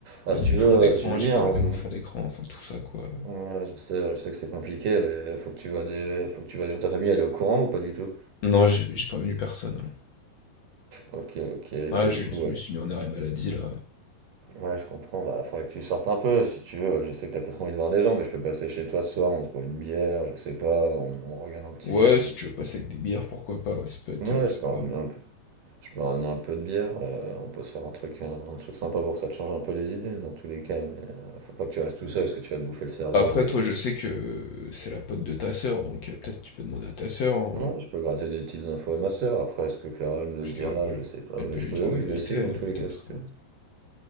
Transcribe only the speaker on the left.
Même
mon fond
d'écran,
j'ai
pas
enlevé mon fond d'écran, enfin tout ça quoi.
Non, j'ai j'ai prévenu personne, là.
Ah,
je
je
me suis mis en arrêt maladie là.
Ouais,
si tu veux passer avec des bières, pourquoi pas, ouais, ça peut être,
heu, sympa.
Après
toi, je sais que c'est la pote de ta sœur, donc heu, peut-être tu peux demander à ta sœur, hein,
parce
qu'elle peut
elle
peut lui
dire
la vérité
elle,
peut-être,
hein?